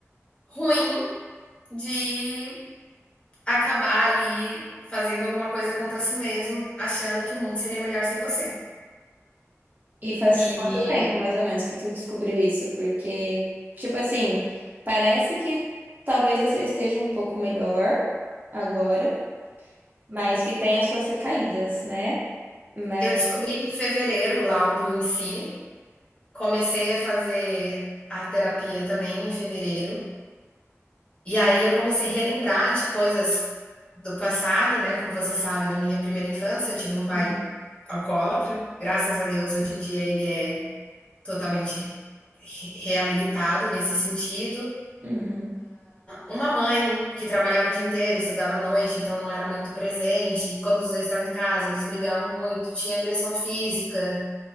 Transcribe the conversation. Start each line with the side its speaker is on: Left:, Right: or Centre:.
Left: ruim de acabar ali fazendo alguma coisa contra si mesmo, achando que o mundo seria melhor sem você.
Right: E faz
Left: E
Right: quanto tempo, mais ou menos, que tu descobriu isso? Porque, tipo assim, parece que talvez você esteja um pouco melhor agora, mas que tem as suas recaídas, né? Mas.
Left: eu descobri em fevereiro o laudo em si, comecei a fazer a terapia também em fevereiro, e aí eu comecei a relembrar de coisas do passado, né? Como você sabe, na minha primeira infância eu tive um pai
Right: Uhum.
Left: alcoólatra, graças a Deus hoje em dia ele é totalmente reabilitado nesse sentido.
Right: Uhum,
Left: Uma mãe que trabalhava o dia inteiro, estudava à noite, então não era muito presente. E quando os dois estavam em casa, eles brigavam muito, tinha agressão física.